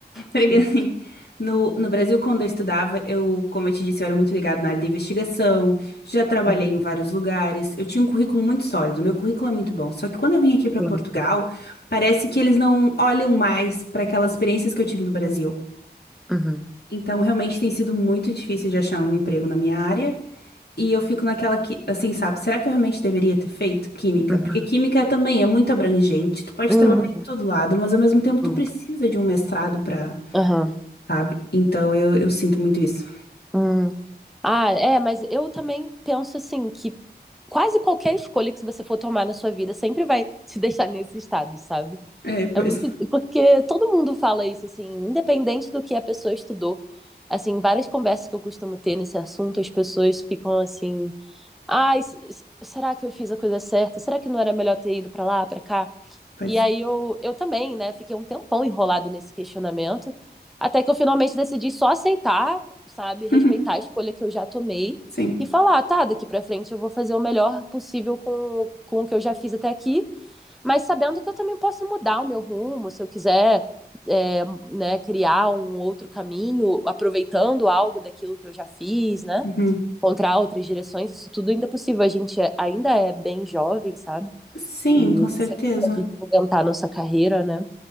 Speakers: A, on the left; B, in the centre.
A: Porque
B: Sim.
A: assim, no, no Brasil, quando eu estudava, eu, como eu te disse, eu era muito ligado na área de investigação, já trabalhei
B: Uhum.
A: em vários lugares, eu tinha um currículo muito sólido, meu currículo é muito bom. Só que quando eu vim aqui para
B: Sim.
A: Portugal, parece que eles não olham mais para aquelas experiências que eu tive no Brasil.
B: Uhum.
A: Então, realmente tem sido muito difícil de achar um emprego na minha área. E eu fico naquela que, assim, sabe, será que eu realmente deveria ter feito química?
B: Uhum.
A: Porque química também é muito abrangente, tu pode
B: Uhum.
A: trabalhar em todo lado, mas ao mesmo tempo tu
B: Sim.
A: precisa de um mestrado para
B: Aham.
A: sabe? Então eu, eu sinto muito isso.
B: Hum. Ah, é, mas eu também penso assim que quase qualquer escolha que você for tomar na sua vida sempre vai te deixar nesse estado, sabe?
A: É, pois,
B: É muito porque todo mundo fala isso assim, independente do que a pessoa estudou. Assim, várias conversas que eu costumo ter nesse assunto, as pessoas ficam assim: "Ai, s- s- será que eu fiz a coisa certa? Será que não era melhor ter ido pra lá, pra cá?"
A: pois.
B: E aí eu, eu também, né, fiquei um tempão enrolada nesse questionamento, até que eu finalmente decidi só aceitar, sabe,
A: <laughs>
B: respeitar
A: Uhum,
B: a escolha que eu já tomei
A: Sim.
B: e falar, tá, daqui pra frente eu vou fazer o melhor possível com, com o que eu já fiz até aqui, mas sabendo que eu também posso mudar o meu rumo, se eu quiser, é, né, criar um outro caminho, aproveitando algo daquilo que eu já fiz, né,
A: Uhum.
B: encontrar outras direções, isso tudo ainda é possível, a gente é- ainda é bem jovem, sabe?
A: Sim,
B: E
A: com
B: a gente
A: certeza.
B: sempre pode reinventar nossa carreira, né?